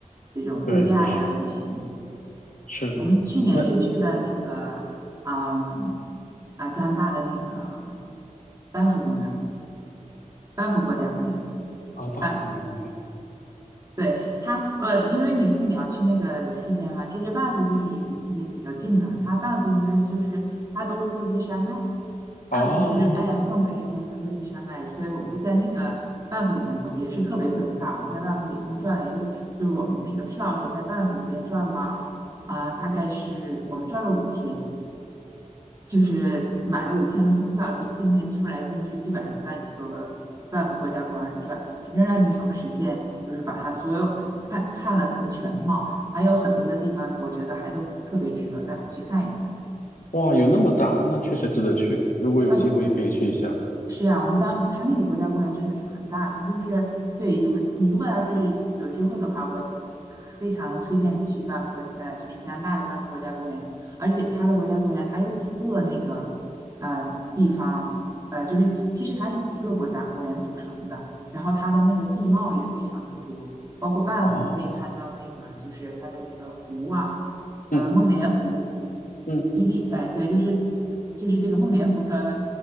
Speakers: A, on the right (about 25°); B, on the left (about 80°).
A: 这种度假呀旅行。
B: 对，是是，
A: 我们去年是去的那个，
B: 那
A: 嗯，啊，加拿大的那个班夫公园儿班夫国家公园。
B: 啊，巴斯公园，OK，
A: 啊，对，它，呃，因为你说你要去那个西边嘛，其实班夫就是也离西边比较近了。它班夫应该就是它都是落基山脉，
B: 哦，
A: 班夫是哎更北一边的落基山脉，所以我们就在那个班夫里边走，也是特别特别大。我们在班夫里一共转了一个，就是我们那个票是在班夫里边转了啊、大概是我们转了五天。就是买了五天的通票，就是今天出来进去，基本上就在你一个半幅国家公园里转，仍然没有实现，就是把它所有的看看了它的全貌，还有很多的地方，我觉得还都特别值得再回去看一看。
B: 哇，有那么大，那确实值得去，如果有机会也可以去一下。
A: 啊，是啊，我们当它那个国家公园真的是很大，它就是对我你如果要是有机会的话，我非常推荐去班夫国呃就是加拿大的班夫国家公园，而且它的国家公园它有几个那个呃地方呃就是几其实它是几个国家公园组成的，然后它的那个地貌也非常的多，包括班夫你可以看到那个就是它的那个湖啊。
B: 哦，
A: 呃，
B: 嗯
A: 梦莲湖、
B: 嗯，
A: 伊利，哎，对，就是就是这个梦莲湖它，